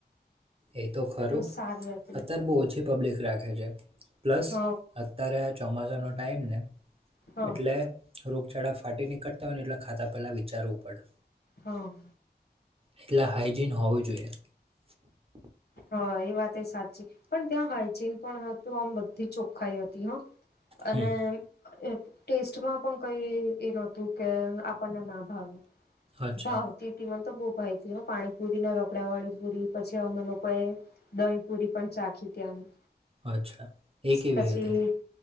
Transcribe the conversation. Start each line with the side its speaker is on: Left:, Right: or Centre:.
Right: એ તો ખરું
Left: સારી હતી
Right: અત્યારે બહુ ઓછી પબ્લિક રાખે છે પ્લસ
Left: હ
Right: ્યારે આ ચોમાસાનો ટાઈમ ને
Left: હ
Right: એટલે રોગચાળા ફાટી ની કતા હોયને એટ ખાતા પેલા વિચારવું પડે
Left: હમ
Right: એટલે હાાઈજીન હોવીું જોઈએ
Left: હા એ વાત એ સાચી પણ ત્યાં હાઈજીન પણ હતું આમ બધી ચોખાઈ હતી હા
Right: હમ
Left: અને ટેસ્ટમાં પણ કઈ એ નહતું કે આપણને ના ભાવે
Right: અચ્છા
Left: ભાવતી હતી મને તો બહ ભાઈતીને પાણી પુરી ને રખડા વાળી પૂરી પછી અમે લોકો કોઈ દહીં પુરી પણ ચાખી ત્યાંની
Right: અચ્છા એ કેવી
Left: પછી
Right: હતી